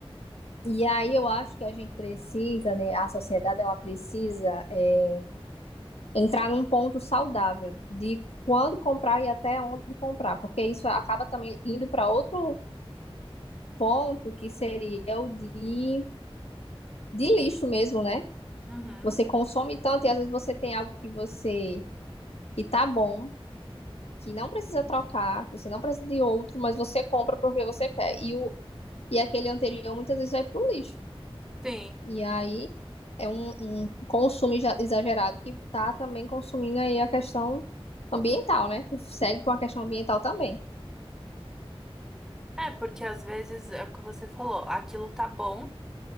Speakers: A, on the left (about 85°); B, in the centre.
A: E aí eu acho que a gente precisa, né? A sociedade, ela precisa é, entrar num ponto saudável de quando comprar e até onde comprar, porque isso acaba também indo para outro ponto que seria o de, de lixo mesmo, né?
B: Uhum.
A: Você consome tanto e às vezes você tem algo que você que tá bom, que não precisa trocar, que você não precisa de outro, mas você compra porque você quer. E, o, e aquele anterior muitas vezes vai pro lixo.
B: Sim.
A: E aí é um, um consumo exa- exagerado que tá também consumindo aí a questão ambiental, né? Que segue com a questão ambiental também.
B: É, porque às vezes é o que você falou, aquilo tá bom,